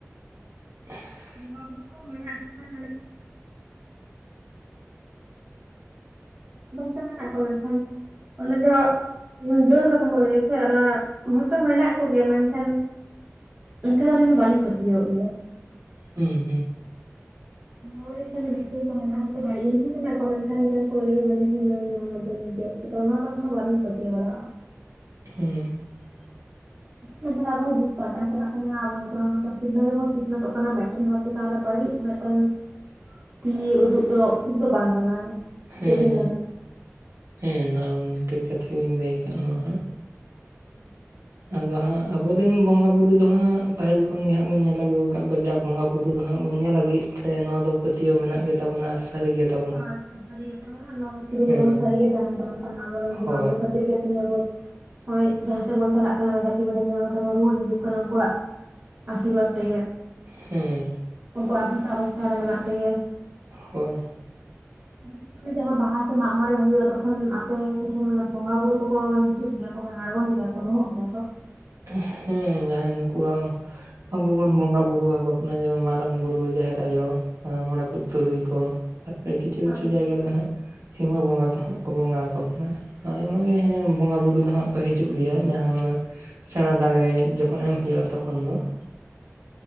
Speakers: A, on the right; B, on the right.
A: <unintelligible>
B: ᱵᱚᱸᱜᱟ ᱵᱩᱨᱩ ᱫᱚ ᱢᱮᱱᱟᱜᱼᱟ ᱠᱚ ᱠᱷᱟᱱ ᱛᱟᱦᱮᱸᱱᱟ, ᱵᱷᱟᱞᱮ‌ <inaudible> ᱚᱱᱮ ᱡᱚᱦᱚᱜ ᱰᱟᱹᱱ ᱠᱟᱛᱷᱟ ᱠᱚ ᱞᱟᱹᱭᱟ ᱥᱮ ᱚᱱᱟ ᱦᱚᱭᱛᱚ ᱢᱮᱱᱟᱜ ᱠᱚ ᱜᱮᱭᱟ ᱢᱮᱱᱠᱷᱟᱱ ᱤᱱᱠᱟ ᱫᱚ ᱟᱹᱞᱤᱧ ᱫᱚ ᱵᱟᱞᱤᱧ ᱯᱟᱹᱛᱭᱟᱹᱣᱟᱜ ᱜᱮᱭᱟ᱾
A: ᱦᱩᱸ ᱦᱩᱸ᱾
B: ᱵᱚᱸᱜᱟ ᱵᱩᱨᱩ ᱪᱮᱛᱟᱱ ᱨᱮ ᱱᱤᱥᱥᱟᱹᱫ ᱫᱚ ᱢᱮᱱᱟ ᱦᱳᱭᱛᱚ ᱵᱟᱲᱤᱡ ᱡᱤᱱᱤᱥ ᱦᱚᱸ ᱢᱮᱱᱟᱜ ᱠᱚ ᱢᱮᱱᱠᱷᱟᱱ ᱡᱟᱦᱟᱭ ᱠᱚ ᱡᱟᱦᱟᱸᱭ ᱞᱟᱹᱭ ᱦᱟᱱᱤ ᱥᱮ ᱱᱩᱭ ᱱᱚᱣᱟ ᱜᱮᱭᱟᱭ᱾ ᱪᱮᱫᱠᱟ ᱚᱱᱟ ᱠᱟᱛᱷᱟ ᱦᱚᱸ ᱵᱟᱹᱞᱤᱧ ᱯᱟᱹᱛᱭᱟᱹᱶ ᱵᱟᱲᱟᱜᱼᱟ᱾
A: ᱦᱮᱸ᱾ <unintelligible> <inaudible>
B: ᱱᱮᱛᱟᱨ ᱟᱵᱚ ᱦᱚ ᱡᱩᱽ ᱯᱟᱞᱴᱟᱣ ᱪᱟᱞᱟᱜ ᱠᱟᱱᱟ᱾ ᱟᱵᱚ ᱡᱚᱛᱚ ᱦᱚᱲ ᱱᱚᱰᱮ ᱥᱤᱠᱷᱱᱟᱹ ᱨᱮᱵᱚᱱ ᱥᱤᱠᱷᱱᱟᱹᱛᱚᱜ ᱠᱟᱱᱟ ᱦᱚᱲᱚᱨ ᱢᱮᱫᱴᱮᱱ ᱦᱚᱲ ᱪᱮᱛᱟᱱ ᱨᱮ ᱵᱟᱹᱲᱤᱡ ᱛᱮᱱ ᱛᱤ ᱩᱫᱩᱜ ᱫᱚ ᱩᱪᱤᱛ ᱫᱚ ᱵᱟᱝ ᱠᱟᱱᱟ
A: ᱦᱮᱸ
B: ᱪᱮᱫ ᱵᱤᱱ
A: ᱦᱮᱸ,
B: ᱢᱮᱱᱟ?
A: ᱦᱮᱸ ᱚᱱᱟ ᱴᱷᱤᱠ ᱠᱟᱛᱷᱟ ᱜᱮᱵᱤᱱ ᱞᱟᱹᱭ ᱠᱟᱜ-ᱟ ᱱᱚᱣᱟ ᱦᱚᱸ᱾
B: <inaudible>
A: ᱟᱫᱚ ᱦᱟᱸᱜ ᱟᱵᱚᱨᱮᱱ ᱵᱚᱸᱜᱟ ᱵᱩᱨᱩ ᱫᱚ ᱦᱟᱸᱜ ᱯᱟᱹᱦᱤᱞ ᱠᱷᱚᱱ ᱜᱮ ᱦᱟᱸᱜ ᱵᱚᱱ ᱧᱮᱞ ᱟᱹᱜᱩᱣ ᱠᱟᱫ ᱠᱚᱣᱟ ᱡᱟ ᱵᱚᱸᱜᱟ ᱵᱩᱨᱩ ᱠᱩ ᱫᱚ ᱦᱟᱸᱜ ᱵᱚᱱ ᱧᱮᱞ ᱟᱹᱜᱩᱭᱮᱫ ᱛᱮ ᱱᱚᱣᱟ ᱫᱚ ᱯᱟᱹᱛᱭᱟᱹᱣ ᱢᱮᱱᱟᱜ ᱜᱮᱛᱟᱵᱚᱱᱟ ᱟᱨ ᱥᱟᱹᱨᱤ ᱜᱮ ᱛᱟ
B: ᱦᱚᱭ ᱛᱚ ᱥᱟᱹᱨᱤᱜᱮᱛᱟ ᱚᱱᱟ ᱟᱨ ᱱᱚᱣᱟ ᱫᱚ ᱪᱤᱨᱚ
A: ᱦᱮᱸ
B: ᱡᱤᱵᱚᱱ ᱥᱟᱹᱨᱤᱜᱮ ᱛᱟᱦᱮᱱ ᱛᱟᱵᱚᱱ᱾ ᱯᱟᱞᱮᱱ ᱟᱵᱚᱮᱱ
A: ᱦᱳᱭ
B: ᱵᱚᱸᱜᱟ ᱵᱩᱨᱩ ᱠᱷᱟᱹᱛᱤᱨ ᱜᱮ ᱛᱮᱦᱮᱧ ᱟᱵᱚ ᱦᱚᱭ ᱡᱟᱦᱟᱸᱥᱮᱫ ᱵᱚᱱ ᱪᱟᱞᱟᱜ ᱠᱟᱱᱟ ᱢᱮᱸᱲᱷᱮᱫ ᱛᱤ ᱢᱮᱸᱲᱷᱮᱫ ᱡᱟᱝᱜᱟ ᱠᱟᱛᱮ ᱵᱚᱱ ᱨᱩᱣᱟᱹᱲ ᱦᱤᱡᱩᱜ ᱠᱟᱱᱟ ᱩᱱᱠᱩᱣᱟᱜ ᱟᱥᱤᱨᱵᱟᱫᱽ ᱛᱮᱜᱮ᱾
A: ᱦᱩᱸ᱾
B: ᱩᱱᱠᱩᱣᱟᱜ ᱟᱥᱤᱥ ᱚᱵᱚ ᱪᱮᱛᱟᱱ ᱨᱮ ᱢᱮᱱᱟᱜ ᱛᱮᱜᱮ
A: ᱦᱳᱭ᱾
B: ᱚᱱᱮ ᱡᱚᱠᱷᱚᱱ ᱚᱱᱮ ᱡᱟᱦᱟᱸ ᱵᱟᱦᱟ ᱥᱮ ᱢᱟᱜᱽ ᱢᱚᱬᱮ ᱦᱩᱭᱩᱜ-ᱟ ᱛᱚᱠᱷ ᱠᱷᱚᱱ ᱟᱯᱮ ᱠᱚᱴᱷᱮᱱ ᱢᱟᱱᱮ ᱵᱚᱸᱜᱟ ᱵᱩᱨᱩ ᱠᱚᱠᱚ ᱢᱟᱱᱮ ᱦᱤᱡᱩᱜ ᱜᱮᱭᱟ ᱠᱚ, ᱢᱟᱱᱮ ᱟᱬᱜᱚᱱ ᱜᱮᱭᱟ ᱠᱚ, ᱨᱩᱢᱚᱜ ᱜᱮᱭᱟ ᱠᱚ᱾
A: ᱦᱩᱸ ᱡᱟᱦᱟᱸᱭ ᱱᱩᱠᱩ ᱵᱟᱝ ᱟᱵᱚ ᱵᱚᱱ ᱵᱚᱸᱜᱟ ᱵᱳᱩᱨᱩᱣᱟᱠᱚ ᱠᱟᱱᱟ᱾ ᱡᱮᱢᱚᱱ ᱢᱟᱨᱟᱝ ᱵᱩᱨᱩ ᱡᱟᱦᱮᱨ ᱟᱭᱳ. ᱾ ᱦᱮᱸ ᱢᱚᱬᱮ ᱠᱚ ᱛᱩᱨᱩᱭ ᱠᱚ ᱟᱨ ᱯᱨᱟᱭ ᱠᱤᱪᱷᱩ
B: ᱦᱳᱭ
A: ᱠᱤᱪᱷᱩ
B: ᱦᱳᱭ᱾
A: ᱡᱟᱭᱜᱟ ᱨᱮᱫᱚ ᱦᱟᱸᱜ ᱥᱤᱢᱟᱹ ᱵᱚᱸᱜᱟ ᱠᱚ ᱦᱟᱸᱜ ᱠᱚ ᱵᱚᱸᱜᱟ ᱟᱠᱚ ᱠᱟᱱᱟ᱾ ᱟᱭᱢᱟ ᱜᱮ ᱦᱮᱸ ᱵᱚᱸᱜᱟ ᱵᱩᱨᱩ ᱫᱚ ᱦᱟᱸᱜ ᱠᱚ ᱦᱤᱡᱩᱜ ᱜᱮᱭᱟ ᱡᱟᱦᱟᱸ ᱚᱱᱟ ᱥᱮᱬᱟᱸ ᱫᱟᱲᱮ ᱨᱮ ᱡᱚᱠᱷᱚᱱ ᱮᱢ ᱦᱩᱭᱩᱜ-ᱟ ᱛᱚᱠᱷᱚᱱ ᱫᱚ. ᱾